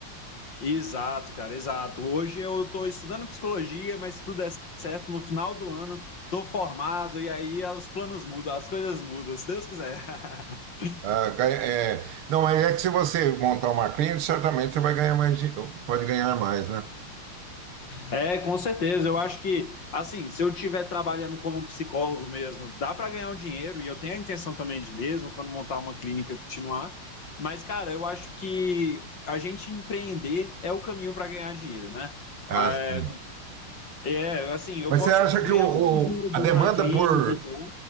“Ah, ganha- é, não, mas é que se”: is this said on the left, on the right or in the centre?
Right